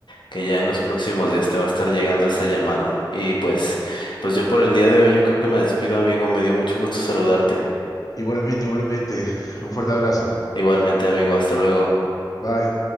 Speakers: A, on the left; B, on the left.
A: que ya en los próximos días te va a estar llegando esa llamada. Y pues, pues yo por el día de hoy yo creo que me despido, amigo, me dio mucho gusto saludarte.
B: Igualmente, igualmente. Un fuerte abrazo.
A: Igualmente, amigo, hasta luego.
B: Bye.